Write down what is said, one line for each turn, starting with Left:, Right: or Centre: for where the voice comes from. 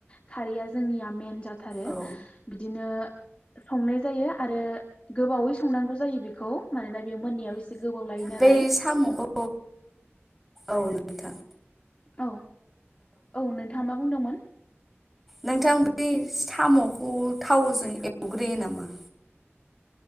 Left: खारैया जोंना मेन जाथारो
Centre: औ
Left: बिदिनो संनाय जायो आरो गोबावै संनांगौ जायो बेखौ मानोना बे मोननायाव एसे गोबाव लायो नालाय
Centre: बे साम'खौ औ नोंथां
Left: औ औ नोंथाङा बुंदोंमोन।
Centre: नोंथां बै साम'खौ थावजों एवग्रोयो नामा?